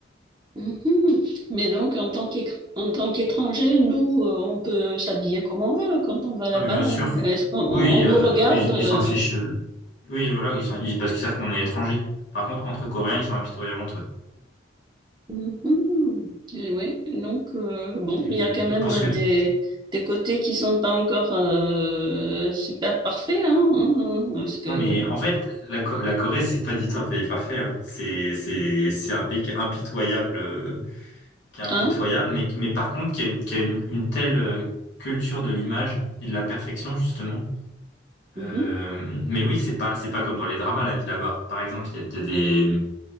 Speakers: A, on the right (about 25°); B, on the left (about 70°).
A: Mhm. Mais donc, en tant qu'écr- en tant qu'étranger, nous, euh, on peut s'habiller comme on veut quand on va là-bas.
B: Ah, mais bien sûr.
A: Est-ce qu'on on
B: Oui,
A: nous
B: euh,
A: regarde?
B: ils
A: euh,
B: ils s'en fichent. Oui, voilà, ils sont, ils- parce qu'ils savent qu'on est étranger. Par contre, entre Coréens, ils sont impitoyables entre eux.
A: Mhm. Et oui, donc euh, bon,
B: Et,
A: il y a quand
B: et
A: même
B: pour ce que tu...
A: des, des côtés qui sont pas encore euh, super parfaits, hein, hein, hein, parce que
B: Ah, mais en fait, la, Co- la Corée, c'est pas du tout un pays parfait. hein. C'est, c'est, c'est un pays qui est impitoyable, euh, qui est impitoyable,
A: hein,
B: mais, mais par contre, qui a, une, qui a une, une telle euh, culture de l'image et de la perfection, justement.
A: mhm,
B: Euh, mais oui, c'est pas, c'est pas comme dans les dramas, la vie là-bas. Par exemple, il y a, il y a des...